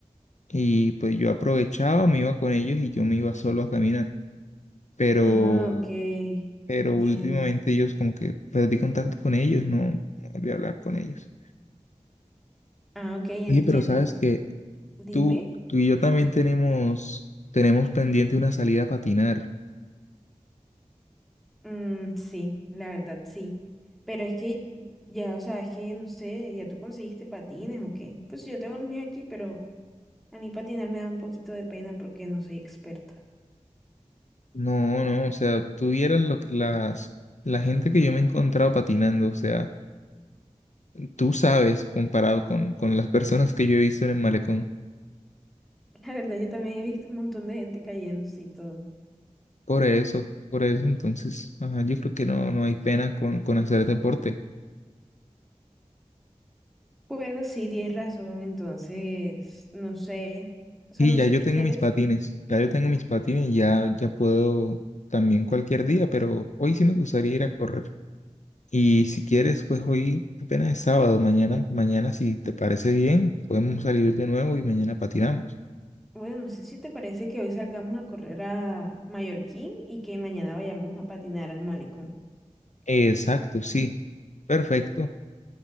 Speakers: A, on the left (about 70°); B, in the centre.
A: y pues yo aprovechaba, me iba con ellos y yo me iba solo a caminar, pero,
B: Ah, ok.
A: pero
B: Entiendo.
A: últimamente ellos como que perdí contacto con ellos, no, no volví a hablar con ellos.
B: Ah, ok, entiendo.
A: Oye, pero sabes que
B: Dime.
A: tú, tú y yo también tenemos, tenemos pendiente una salida a patinar.
B: Mm, sí, la verdad, sí. Pero es que ya, o sea, es que no sé, ¿ya tú conseguiste patines o qué? Pues yo tengo el mío aquí, pero a mí patinar me da un poquito de pena porque no soy experta.
A: No, no, o sea, tú vieras lo, que- las, la gente que yo me he encontrado patinando, o sea, tú sabes comparado con, con las personas que yo he visto en el malecón.
B: <laughs> La verdad, yo también he visto un montón de gente cayéndose y todo.
A: Por eso, por eso, entonces, ajá, yo creo que no, no hay pena con, con hacer deporte.
B: Bueno, sí, tienes razón, entonces, no sé, o sea,
A: Y
B: no
A: ya
B: sé
A: yo
B: si
A: tengo
B: quieres,
A: mis patines, ya yo tengo mis patines, ya, ya puedo también cualquier día, pero hoy sí me gustaría ir a correr. Y si quieres, pues hoy apenas es sábado, mañana, mañana si te parece bien, podemos salir de nuevo y mañana patinamos.
B: bueno, no sé si te parece que hoy salgamos a correr a Mallorquín y que mañana vayamos a patinar al malecón.
A: Exacto, sí. Perfecto.